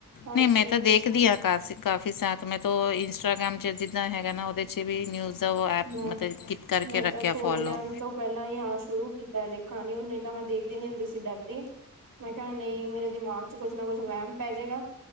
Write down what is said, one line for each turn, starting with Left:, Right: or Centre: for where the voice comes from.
Right: ਹਰ
Left: ਨਹੀਂ
Right: ਚੀਜ਼
Left: ਮੈਂ ਤਾਂ ਦੇਖਦੀ
Right: ਹੈ
Left: ਹਾਂ ਕਾਰਸਿਕ, ਕਾਫੀ ਸਾਥ ਮੈਂ ਤੋਂ ਇੰਸਟਾਗ੍ਰਾਮ ਚ ਜਿੱਦਾਂ ਹੈਗਾ ਨਾ ਉਹਦੇ ਚ ਵੀ ਨਿਊਜ਼ ਵ,,,,,
Right: ਮੈਂ
Left: ਮਤਲਬ ਕਿਤ ਕਰਕੇ
Right: ਮੈਂ
Left: ਰੱਖਿਆ
Right: ਤਾਂ ਥੋੜੇ
Left: ਫੋਲੋ!
Right: ਟਾਈਮ ਤੋਂ ਪਹਿਲਾਂ ਹੀ ਆ ਸ਼ੁਰੂ ਕੀਤਾ ਹੈ ਦੇਖਣ ਨਿਊਜ਼ ਨਹੀਂ ਤਾਂ ਮੈਂ ਦੇਖਦੀ ਨੀ ਹੁੰਦੀ ਸੀ ਡਰਦੀ, ਮੈਂ ਕਿਹਾ ਨਹੀਂ ਮੇਰੇ ਦਿਮਾਗ ਚ ਕੁਛ ਨਾ ਕੁਛ ਵਹਿਮ ਪੈ ਜਾਏਗਾ।